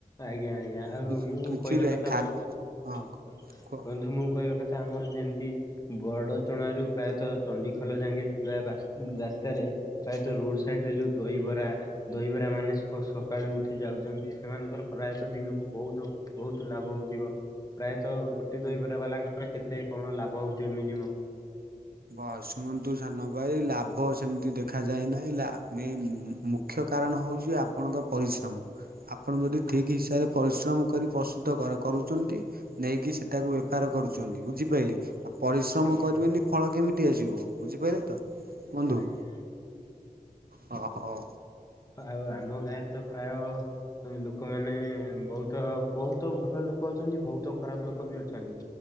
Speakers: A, on the left; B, on the right.
A: ଆଜ୍ଞା। ଆଜ୍ଞା। ଆଉ
B: କିଛି
A: ମୁଁ
B: କିଛିରେ
A: କହିବା କଥା
B: ଖା
A: ବ
B: ହଁ
A: ହ
B: କୁହ।
A: ବନ୍ଧୁ ମୁଁ କହିବା କଥା ଆମର ଯେମିତି ବଡ ଚଣାରୁ ପ୍ରାୟତଃ ଚଣ୍ଡିଖୋଲ ଯାଙ୍କେ ଯିବା ବା ରାସ୍ତାରେ ପ୍ରାୟତ ରୋଡ ସାଇଡ ରେ ଯୋଉ ଦହିବରା। ଦହିବରା ମାନେ ସକାଳୁ ଉଠି ଯାଉଛନ୍ତି। ସେମାନଙ୍କର ପ୍ରାୟତଃ ଦିନକୁ ବହୁତ ବହୁତ ଲାଭ ହଉଥିବ। ପ୍ରାୟତଃ ଗୋଟେ ଦହିବରା ବାଲାଙ୍କର କେତେ କଣ ଲାଭ ହଉଥିବ ମିନିମମ୍?
B: ବସ୍ ଶୁଣନ୍ତୁ ସାନ ଭାଇ ଲାଭ ସେମିତି ଦେଖା ଯାଏ ନାହିଁ। ଲା ଆମେ ମୁଖ୍ୟ କାରଣ ହଉଛି ଆପଣଙ୍କ ପରିଶ୍ରମ। ଆପଣ ଯଦି ଠିକ୍ ହିସାବରେ ପରିଶ୍ରମ କରି ପ୍ରସ୍ତୁତ କ କରୁଛନ୍ତି ନେଇକି ସେଟାକୁ ବେପାର କରୁଛନ୍ତି ବୁଝିପାରିଲେ? ପରିଶ୍ରମ
A: ଆଜ୍ଞା।
B: କରିବେନି ଫଳ କେମିତି ଆସିବ। ବୁଝିପାରିଲେ ତ ବନ୍ଧୁ?
A: ଆଜ୍ଞା
B: ହଁ ହଉ।
A: ଆଉ ଆମ ଗାଁରେ ତ ପ୍ରାୟ ଲୋକମାନେ ବହୁତ ବହୁତ ଭଲ ଲୋକ ଅଛନ୍ତି। ବହୁତ ଖରାପ ଲୋକ ବି ଅଛନ୍ତି।